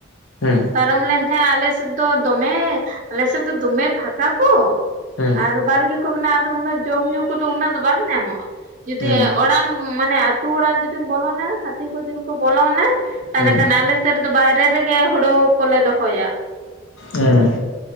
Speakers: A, on the left; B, on the right.
A: ᱦᱩᱸ
B: ᱯᱟᱨᱚᱢ ᱞᱮᱱ ᱛᱟᱦᱮᱸ ᱟᱞᱮ ᱥᱮᱫ ᱫᱚ ᱫᱚᱢᱮ ᱟᱞᱮ ᱥᱮᱫ ᱫᱚ ᱫᱚᱢᱮ ᱯᱷᱟᱠᱟ ᱛᱚ
A: ᱦᱩᱸ
B: ᱟᱨ ᱵᱟᱲᱜᱮ ᱠᱚ ᱢᱮᱱᱟᱜᱼᱟ ᱟᱫᱚ ᱩᱱᱟᱹᱜ ᱡᱚᱢᱼᱧᱩ ᱠᱚᱫᱚ ᱩᱱᱟᱹᱜ ᱫᱚ ᱵᱟᱝ ᱧᱟᱢᱚᱜᱼᱟ ᱡᱩᱫᱤ
A: ᱦᱩᱸ
B: ᱚᱲᱟᱜᱼᱼ ᱢᱟᱱᱮ ᱟᱹᱛᱩ ᱚᱲᱟᱜ ᱡᱩᱫᱤᱢ ᱵᱚᱞᱚᱱᱟ ᱦᱟᱹᱛᱤ ᱠᱚ ᱡᱩᱫᱤ ᱠᱚ ᱵᱚᱞᱚᱱᱟ ᱛᱟᱦᱚᱞᱮ
A: ᱦᱩᱸ
B: ᱠᱷᱟᱱ ᱟᱞᱮᱼᱼ ᱥᱮᱱ ᱨᱮᱫᱚ ᱵᱟᱦᱨᱮ ᱨᱮᱜᱮ ᱦᱳᱲᱳ ᱠᱚᱞᱮ ᱫᱚᱦᱚᱭᱟ᱾
A: ᱦᱩᱸ